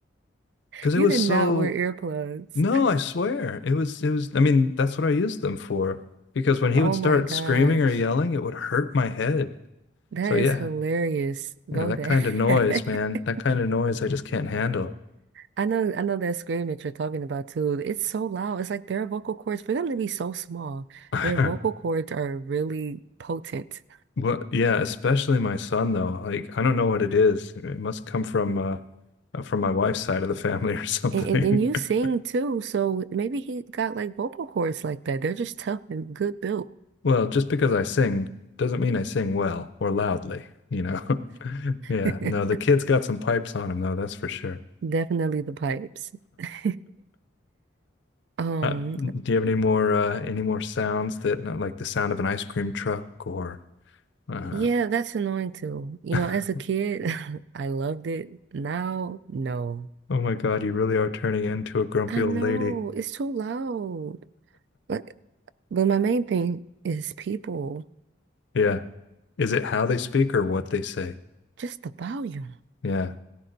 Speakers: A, on the right; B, on the left.
A: <laughs>
B: Because it
A: You
B: was
A: did
B: so,
A: not wear earplugs.
B: no, I swear. It was, it was, I mean, that's what I used them for. Because when he
A: Oh
B: would start
A: my gosh.
B: screaming or yelling, it would hurt my head.
A: That
B: So yeah,
A: is hilarious.
B: yeah,
A: Go
B: that
A: there.
B: kind of noise, man, that
A: <laughs>
B: kind of noise I just can't handle.
A: I know, I know that scream that you're talking about too. It's so loud. It's like their vocal cords, for them to be so small,
B: <laughs>
A: their vocal cords are really potent.
B: Well, yeah, especially my son though. Like, I don't know what it is. It must come from, uh, uh, from my wife's side of the family or something.
A: And, and and you
B: <laughs>
A: sing too, so maybe he got like vocal cords like that. They're just tough and good built.
B: Well, just because I sing doesn't mean I sing well or loudly, you know. <laughs> Yeah,
A: <laughs>
B: no, the kid's got some pipes on him though, that's for sure. <laughs>
A: Definitely the pipes. <laughs> Um,
B: Uh, do you have any more uh, any more sounds that not like the sound of an ice cream truck or uh,
A: yeah, that's annoying too. You
B: <laughs>
A: know, as a kid, <laughs> I loved it. Now, no.
B: oh my God, you really are turning into a grumpy
A: I
B: old
A: know
B: lady.
A: it's too loud. But but my main thing is people,
B: Yeah. Is it how they speak or what they say?
A: just the volume.
B: Yeah.